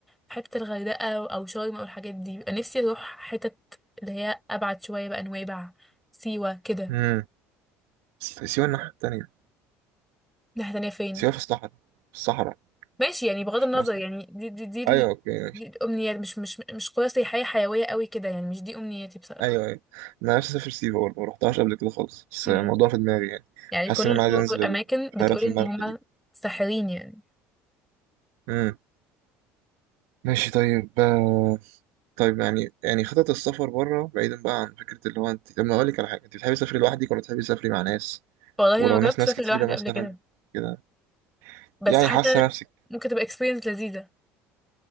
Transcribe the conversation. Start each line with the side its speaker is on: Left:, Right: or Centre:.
Centre: في حتة الغردقة او شرم او الحاجات دي بيبقى نفسي اروح حتت اللي هي ابعد شوية بقى نويبع سيوة كده
Right: امم بس سيوة الناحية التانية
Centre: ناحية تانية فين
Right: سيوة في الصحراء في الصحراء
Centre: ماشي يعني بغض
Right: مش
Centre: النظر
Right: في مصر
Centre: يعني دي دي دي, ال...
Right: أيوة أوكي ماشي.
Centre: دي الأمنيات مش مش مش قرى سياحية حيوية قوي كده يعني مش دي أمنياتي بصراحة
Right: أيوة أيوة أنا نفسي أسافر سيوة برضه مرحتهاش قبل كده خالص بس
Centre: امم
Right: الموضوع في دماغي يعني
Centre: يعني
Right: حاسس
Centre: كل
Right: إن أنا
Centre: الشغل
Right: عايز أنزل
Centre: والأماكن بتقول
Right: بحيرة
Centre: إن
Right: الملح
Centre: هما
Right: دي
Centre: ساحرين يعني
Right: امم ماشي طيب آه، طيب يعني يعني خطط السفر بره بعيدا بقى عن فكرة اللي هو انت لما اقول لك على حاجة انت بتحبي تسافري لوحدك ولا بتحبي تسافري مع ناس
Centre: والله أنا
Right: ولو
Centre: ما جربت
Right: ناس ناس
Centre: أسافر
Right: كتيرة
Centre: لوحدي
Right: مثلا
Centre: قبل كده
Right: كده
Centre: بس
Right: يعني
Centre: حاسة
Right: حاسة نفسك
Centre: ممكن تبقى experience لذيذة